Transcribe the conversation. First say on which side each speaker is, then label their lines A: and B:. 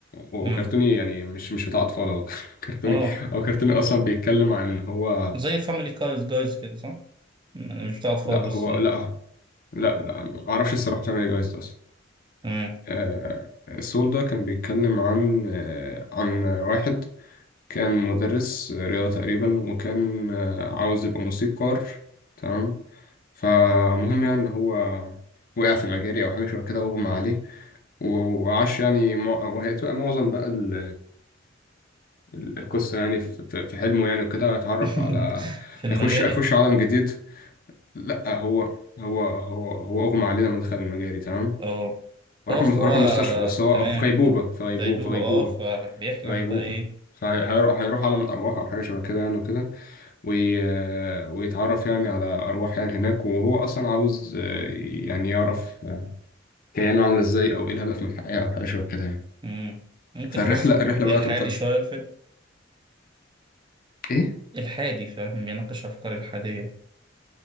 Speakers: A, on the left; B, on the right.
A: وكرتوني
B: مم.
A: يعني مش مش بتاع أطفال هو <laughs> كرتوني
B: آه
A: هو كرتوني أصلا بيتكلم عن هو
B: زي فاميلي جايز جايز كده صح؟ أنا مش بتاع أطفال
A: لا
B: بس
A: هو
B: آه،
A: لا لا لا معرفش الصراحة عشان ايه جايز ده أصلا
B: تمام
A: آه، سول ده كان بيتكلم عن آه، عن واحد كان مدرس رياضة تقريبا وكان آه، عاوز يبقى موسيقار تمام فمهم يعني إن هو وقع في مجاري أو حاجة شبه كده أغمى عليه و- وعاش يعني مع- وهي تبقى معظم بقى ال ال القصة يعني في في- في حلمه يعني وكده اتعرف
B: <laughs>
A: على
B: في المجاري
A: هيخش هيخش عالم جديد لأ هو هو هو هو أغمى عليه لما دخل المجاري تمام
B: آه
A: وراح
B: آه فهو
A: مس- راح المستشفى بس هو
B: تمام
A: في غيبوبة
B: آه،
A: في غيبوبة
B: في ديدوبة
A: في غيبوبة
B: آه فبيحلم
A: في غيبوبة
B: بقى إيه
A: فهيروح هيروح عالم الأرواح أو حاجة شبه كده يعني وكده وي... ويتعرف يعني على أرواح يعني هناك وهو أصلا عاوز آه، يعني يعرف آه، كيانه عاملة إزاي أو إيه الهدف من الحياة أو حاجة شبه كده يعني
B: مم. ممكن
A: فالرحلة
B: تحسه
A: الرحلة
B: إلحادي
A: بقى تفضل
B: شوية الفيلم
A: إيه؟
B: إلحادي فاهم بيناقش أفكار إلحادية